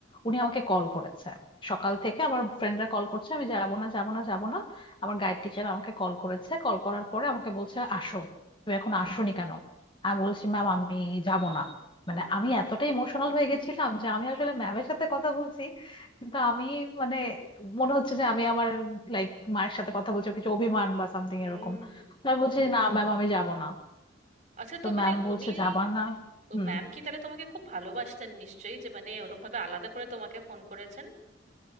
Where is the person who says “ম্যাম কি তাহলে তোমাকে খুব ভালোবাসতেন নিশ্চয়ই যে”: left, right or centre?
Right